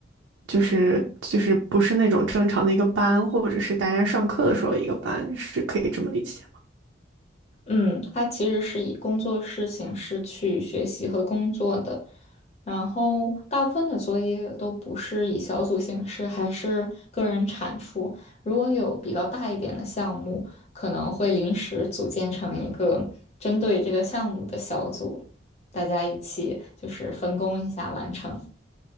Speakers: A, on the right (about 80°); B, on the left (about 35°).
A: 就是就是不是那种正常的一个班，或者是大家上课的时候一个班，是可以这么理解。
B: 嗯，它其实是以工作室形式去学习和工作的，然后大部分的作业都不是以小组形式，还是个人产出。如果有比较大一点的项目，可能会临时组建成一个针对这个项目的小组，大家一起就是分工一下完成。